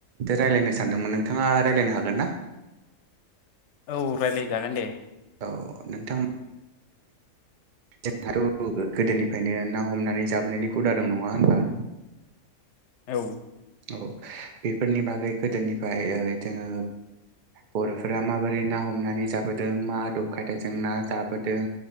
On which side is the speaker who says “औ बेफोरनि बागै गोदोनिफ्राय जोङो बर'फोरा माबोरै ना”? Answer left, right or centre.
Right